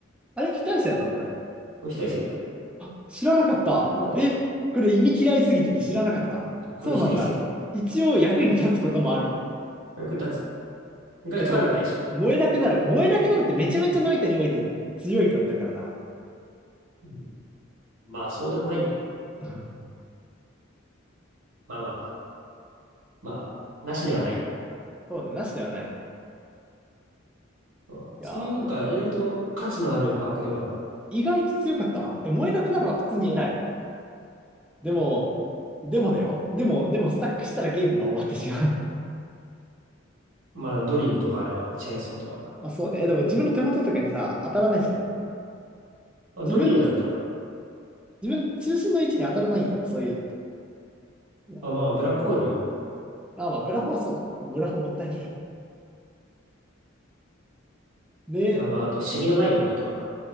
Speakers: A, in the centre; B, on the right.
A: あれ非対称なのこれ。
B: れ非耐性だよ。
A: あ、知らなかった。
B: なかったでしょ。
A: え、これ意味嫌いすぎてて知らなかったそうなんだ。
B: これ非耐性だよ。こ
A: 一応役に立つこともある。
B: れ役に立つよ。意外と悪くないでしょ。
A: えっと、燃えなくなる。燃えなくなるってめちゃめちゃノイタにおいて強いかったからな。
B: うんまあ、そうでもないんだよ。
A: うん
B: まあまあ、まあ、なしではない。
A: そうね、なしではない。
B: うんそういうなんか、
A: いやー、
B: 意外と価値のあるパークではある。
A: 意外と強かったわ。え、燃えなくなるは普通に偉い。でも、でもだよ。でも、でもスタックしたらゲームが終わってしまう。
B: まあ、ドリルとかあれば、チェーンソーとか。
A: <laughs> まあそうね。でも自分の手元とかにさ、当たらないじゃん。
B: まあ、
A: 自分の、
B: ドリルだったら、
A: ん自分の中心の位置に当たらないよ。そういうのって。うわ
B: まあまあ、ブラックホール
A: あ、まあ、ブラフォはそうだね。ブラフォもったいねえ。で、
B: が、まあ、
A: あ
B: あと、シミのない鎧とか、